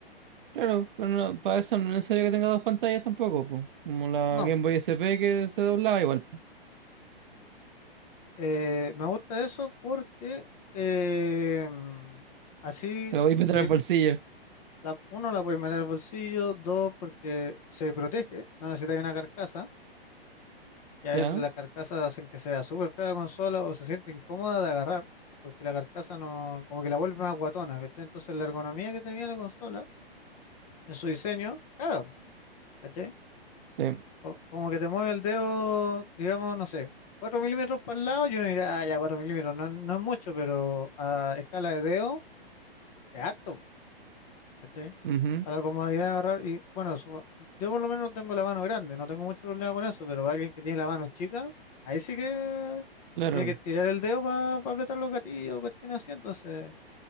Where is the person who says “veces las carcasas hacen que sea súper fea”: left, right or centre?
Left